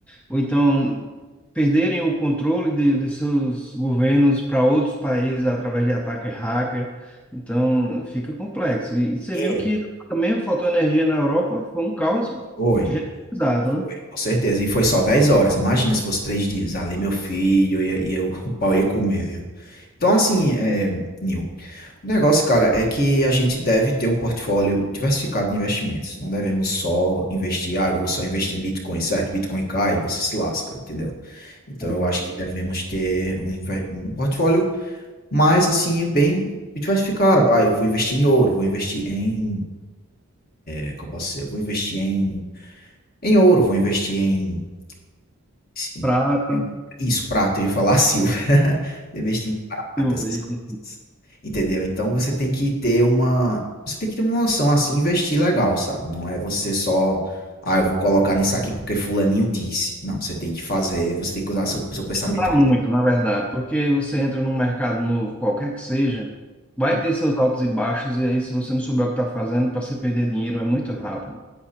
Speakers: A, in the centre; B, on the left.
A: ou então perderem o controle de, de seus governos para outros países através de ataque hacker. Então, fica complexo. E você
B: É.
A: viu que também faltou energia na Europa, foi um caos
B: Foi,
A: generalizado,
B: foi,
A: né?
B: com certeza. E foi só 10 horas. Imagina se fosse 3 dias. Ali, meu filho, ia, ia, o pau ia comer, viu? Então, assim, é, Nil, o negócio, cara, é que a gente deve ter um portfólio diversificado de investimentos. Não devemos só investir, ah, eu vou só investir em Bitcoin, certo? Bitcoin cai, você se lasca, entendeu? Então,
A: Exato.
B: eu acho que devemos ter um, inve- um portfólio mais, assim, bem diversificado. Ah, eu vou investir em ouro, vou investir em, é, qual posso ser? Vou investir em, em ouro, vou investir em Sim.
A: Prata,
B: Isso, prata, eu ia falar silver. <laughs> Investir em prata,
A: silveira.
B: essas coisas. Entendeu? Então você tem que ter uma. Você tem que ter uma noção assim, investir legal, sabe? Não é você só. Ah, eu vou colocar nisso aqui porque fulaninho disse. Não, você tem que fazer, você tem que usar seu, seu pensamento
A: Ajudar
B: crítico.
A: muito, na verdade, porque você entra num mercado novo, qualquer que seja, vai
B: Hum,
A: ter seus altos e baixos, e aí se você não souber o que está fazendo, para você perder dinheiro é muito rápido.